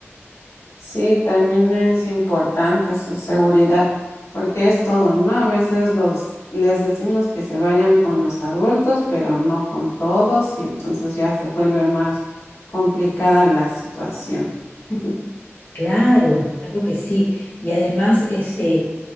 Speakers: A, on the left; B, on the left.
A: Sí, también es importante su seguridad, porque es todo, ¿no? A veces los les decimos que se vayan con los adultos, pero no con todos, y entonces ya se vuelve más complicada la situación. <laughs>
B: Claro, claro que sí. Y además, este,